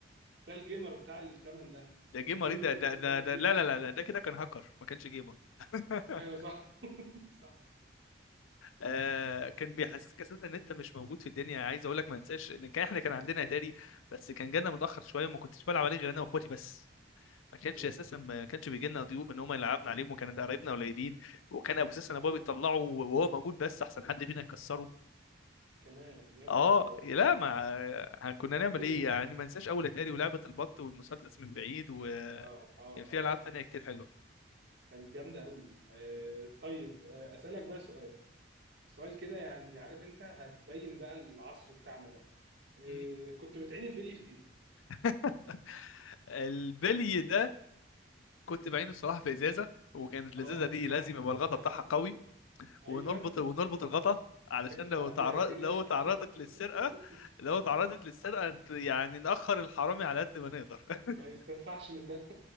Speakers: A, on the right; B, on the left.
A: ده الجيمر بتاع الزمن ده
B: ده جيمر
A: دي الجيمنج
B: ايه ده ده
A: وده
B: ده
A: الجيمر
B: ده- لا لا لا لا، ده كده كان هاكر ما كانش جيمر <laughs>
A: ايوه صح <laughs> صح
B: آه كان بيحسسك اساسا ان انت مش موجود في الدنيا عايز اقول لك ما انساش ان كان احنا كان عندنا اتاري بس كان جانا متاخر شويه وما كنتش بلعب عليه غير انا واخواتي بس ما كانش
A: مم.
B: اساسا ما كانش بيجي لنا ضيوف ان هم يلعبنا عليهم وكان ده قرايبنا قليلين وكان ابو اساسا
A: اه
B: ابويا بيطلعه وهو موجود بس احسن حد فينا يكسره
A: كمان يا نهار
B: اه
A: ابيض
B: لا ما كنا نعمل
A: <laughs>
B: ايه يعني ما انساش اول اتاري ولعبه البط والمسدس من بعيد وكان
A: اه اه
B: في
A: اه
B: العاب تانية كتير حلوه
A: كانت جامده قوي آه طيب آه اسالك بقى سؤال سؤال كده يعني عارف انت هتبين بقى العصر بتاعنا ده آه
B: مم.
A: كنت بتعين البلي في ايه
B: <laughs> البلي ده كنت بعينه الصراحه في ازازه وكانت الازازه
A: اه
B: دي لازم
A: صح كده
B: يبقى الغطا
A: يا
B: بتاعها
A: ولد.
B: قوي
A: ايوه
B: ونربط ونربط الغطا علشان
A: اكد
B: لو
A: عليها
B: تعرض
A: كده
B: لو تعرضت للسرقه
A: <laughs>
B: لو تعرضت للسرقه يعني ناخر الحرامي على قد ما نقدر <laughs>
A: ما يستنفعش منها